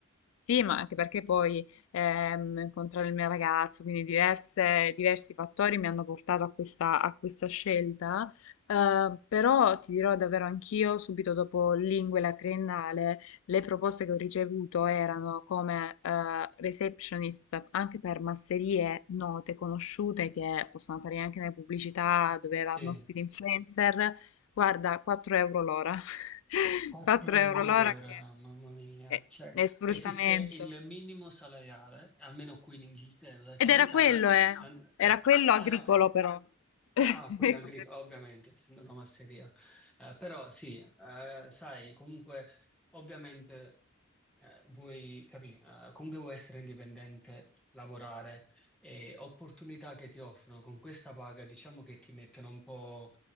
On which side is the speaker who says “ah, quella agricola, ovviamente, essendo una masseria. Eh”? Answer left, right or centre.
Centre